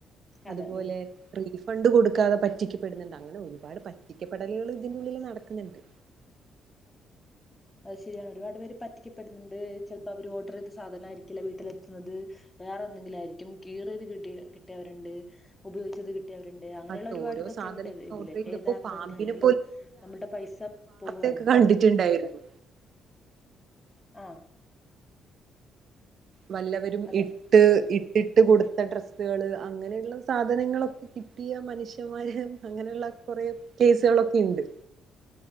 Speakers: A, on the left; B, on the right.
A: അതെ
B: അതുപോലെ
A: ഉം
B: <unintelligible> ഫണ്ട് കൊടുക്കാതെ പറ്റിക്കപ്പെടുന്നുണ്ട് അങ്ങനെ ഒരുപാട് പറ്റിക്കപ്പെടലുകൾ ഇതിൻ്റെ ഉള്ളിൽ നടക്കുന്നുണ്ട്
A: അത് ശരിയാ ഒരുപാട് പേര് പറ്റിക്കപ്പെടുന്നുണ്ട് ചിലപ്പോ അവര് ഓർഡർ ചെയ്ത സാധനായിരിക്കില്ല വീട്ടിലെത്തുന്നത്. വേറെ എന്തെങ്കിലും ആയിരിക്കും, കീറിയത് കിട്ടി കിട്ടിയവരുണ്ട്, ഉപയോഗിച്ചത് കി ട്ടിയവരുണ്ട് അങ്ങനെയുള്ള
B: അത്
A: ഒരുപാട്
B: ഓരോ
A: ഇതൊക്കെ
B: സാധനം
A: ഇണ്ട് ഇ ഇതില്
B: ഓർഡർ ചെയ്തപ്പോ
A: ഏതാപ്പ്
B: പാമ്പിനെ
A: തന്നെയായാലും നമ്മൾടെ പൈസ പോവാ
B: ക്കെ കണ്ടിറ്റ്ണ്ടായിരുന്നു.
A: ആഹ്
B: വല്ലവരും
A: അതെ
B: ഇട്ട് ഇട്ടിട്ട് കൊടുത്ത ഡ്രെസ്സുകള് അങ്ങനെയുള്ള സാധനങ്ങളൊക്കെ കിട്ടിയാ മനുഷ്യന്മാര് അങ്ങനെയുള്ള കൊറെ കേസുകളൊക്കെണ്ട്